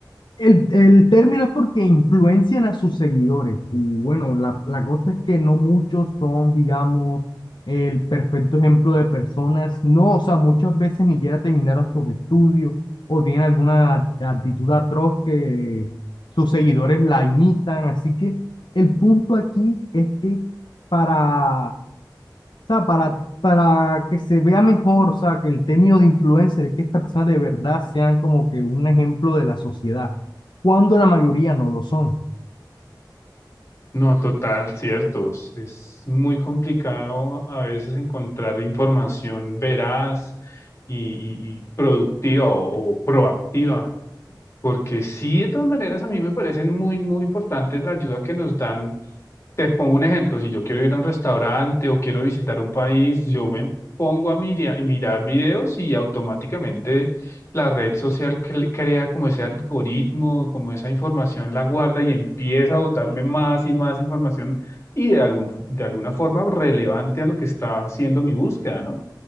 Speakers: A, on the left; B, on the left.
A: El, el término es porque influencian a sus seguidores. Y bueno, la, la cosa es que no muchos son, digamos, el perfecto ejemplo de personas. No, o sea, muchas veces ni siquiera terminaron sus estudios o tienen alguna act- actitud atroz que sus seguidores la imitan. Así que el punto aquí es que para sea, para, para que se vea mejor, o sea, que el término de influencer es que estas personas de verdad sean como que un ejemplo de la sociedad, cuando la mayoría no lo son.
B: No, total, ciertos. Es muy complicado a veces encontrar información veraz y, y- y productiva o, o proactiva, porque sí, de todas maneras a mí me parecen muy, muy importantes la ayuda que nos dan te pongo un ejemplo, si yo quiero ir a un restaurante o quiero visitar un país, yo me pongo a mirar, mirar videos y automáticamente la red social cre- crea como ese algoritmo, como esa información la guarda y empieza a botarme más y más información y de algún, de alguna forma relevante a lo que está haciendo mi búsqueda, ¿no?